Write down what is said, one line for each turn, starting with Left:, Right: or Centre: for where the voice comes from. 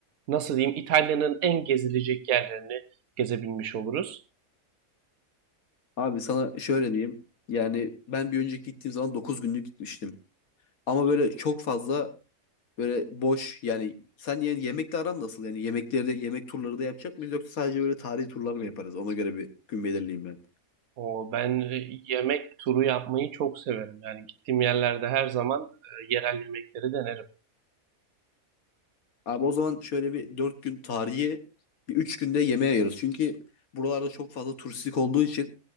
Right: nasıl diyeyim İtalya'nın en gezilecek yerlerini gezebilmiş oluruz.
Left: Abi sana şöyle diyeyim. Yani ben bir önceki gittiğim zaman 9 günlük gitmiştim. Ama böyle çok fazla Böyle boş yani sen yani yemekle aran nasıl? Yani yemekleri de yemek turları da yapacak mıyız yoksa sadece böyle tarihi turlar mı yaparız? Ona göre bir gün belirleyeyim ben.
Right: O ben e, yemek turu yapmayı çok severim. Yani gittiğim yerlerde her zaman e, yerel yemekleri denerim.
Left: Abi o zaman şöyle bir 4 gün tarihi, bir 3 günde yemeğe ayırırız. Çünkü buralarda çok fazla turistik olduğu için